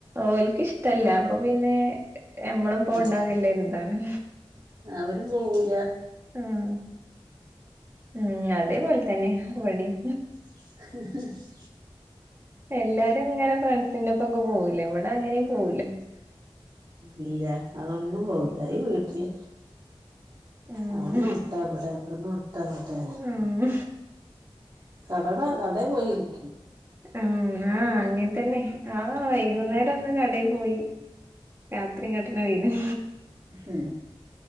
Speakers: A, on the right; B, on the right.
A: ഓലക്കിഷ്ടല്ല അപ്പൊ പിന്നെ നമ്മളും പോണ്ടന്നല്ലരിതാണ്
B: ആഹ് അവരും പോവൂല്ല
A: ഉം ഉം അതേപോലെ തന്നെ വടിം
B: <inaudible>
A: എല്ലാരും ഇങ്ങനെ ഫ്രണ്ട്സിന്റൊപ്പക്കെ പോവുല്ലെ ഇവിടെ അങ്ങനേം പോവുല്ല
B: ഉം ഇല്ല അതൊന്നും പോവുല്ല ഈ വീട്ടില്
A: ഉം
B: ആവിടുന്ന് വിട്ടാ ഇബടെ ഇവിടന്ന് വിട്ടാ അവടെ
A: ഉം
B: കടക കടെ പോയിരിക്കും
A: ഉം ആ അങ്ങനെ തന്നെ ആ വൈകുന്നേരവൊന്ന് കടെ പോയി രാത്രിയിങ്ങട്ടനെ വെരും
B: ഉം